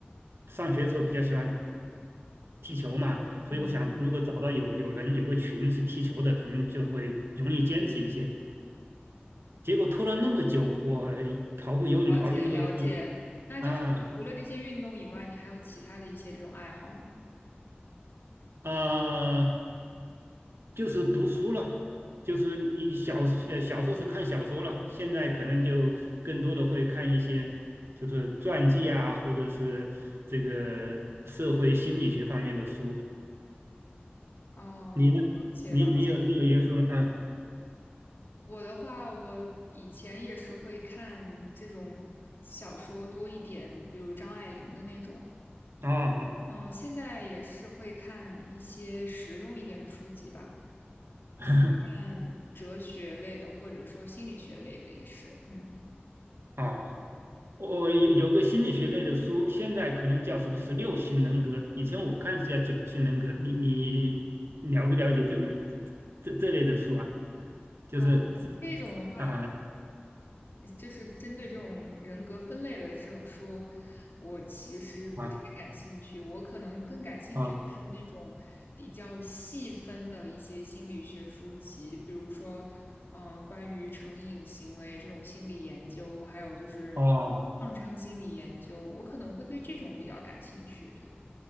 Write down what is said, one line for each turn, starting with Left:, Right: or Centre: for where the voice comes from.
Right: 上学的时候比较喜欢踢球嘛，所以我想如果找到有有人有个群是踢球的，
Left: 嗯，
Right: 可能就会容易坚持一些。结果拖了那么久，我跑步、游泳跑了那么多次
Left: 了解了解。那就是你除了这些运动以外，
Right: 啊
Left: 你还有其他的一些这种爱好吗？
Right: 啊、呃就是读书了，就是你小呃小说是看小说了，现在可能就更多的会看一些就是传记啊，或者是这个社会心理学方面的书。
Left: 哦，
Right: 你呢？
Left: 了解了解。
Right: 你你有你有一个书吗？嗯，
Left: 我的话，我以前也是会看这种小说多一点，比如张爱玲的那种。
Right: 啊啊
Left: 嗯，现在也是会看一些实用一点的书籍吧，
Right: <laughs>
Left: 看哲学类的，或者说心理学类的也是，嗯。
Right: 哦，我有有个心理学类的书，现在可能叫什么十六型人格，以前我看是叫九型人格。你你了不了解这本这这这这类的书啊？就是
Left: 哦，这种的话，
Right: 啊
Left: 就是针对这种人格分类的这种书，我其实不太感兴趣。
Right: 啊
Left: 我可能更感兴趣的是那种比较细分的一些心理学书籍，
Right: 啊。
Left: 比如说，嗯、关于成瘾行为这种心理研究，还有就是
Right: 哦
Left: 创伤心理研究，我可能会对这种比较感兴趣。对。